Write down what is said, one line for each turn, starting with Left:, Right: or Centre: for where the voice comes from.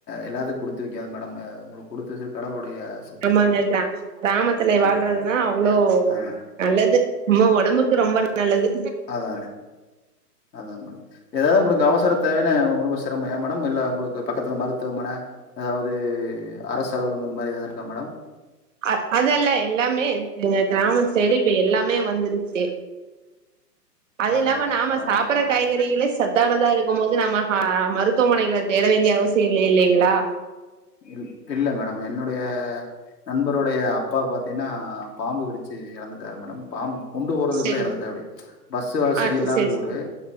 Left: எல்லாத்துக்கு குடுத்து வைக்காது மேடம் ஒங்ளுக்கு குடுத்து வச்சிருக் கடவுளுடைய சித்தம்
Right: ஆமாங்க
Left: தா மேடம்
Right: கிராமத்துல
Left: கண்டிப்பா
Right: வாழ்றதுன்னா அவ்ளோ
Left: அதா
Right: நல்லது நம்ம ஒடம்புக்கு ரொம்ப நல்லது
Left: அதா அதாங்க மேடம் எதாவது ஒங்களுக்கு அவசரத் தேவைனா ரொம்ப சிரமோ ஏ மேடம் இல்ல ஒங்ளுக்கு பக்கத்துல மருத்துவமன அதாவது அரசு அலுவலம் அந்த மாரி எதாவது இருக்கா மேடம்
Right: அ அதெல்லா எல்லாமே இருக்குங்க கிராமத்து சைடு இப்ப எல்லாமே வந்துருச்சு அது
Left: அதா
Right: இல்லாம
Left: அதா
Right: நாம
Left: பரவால்லை
Right: சாப்பட்ற
Left: மேடம்
Right: காய்கறிகளே சத்தானதா இருக்கும் போது நாம அ மருத்துவமனைகள தேட வேண்டிய அவசியோ இல்ல இல்லைங்ளா
Left: இல் இல்ல மேடம் என்னுடைய நண்பருடைய அப்பா பாத்தீங்கன்னா பாம்பு கடிச்சு எறந்துட்டாரு மேடம் பாம்பு கொண்டு போறதுக்குள்ள
Right: சரிங்க
Left: எறந்துட்டாப்டி பஸ் வசதி
Right: ஆ
Left: இல்லாத
Right: சரி
Left: ஊரு
Right: சரி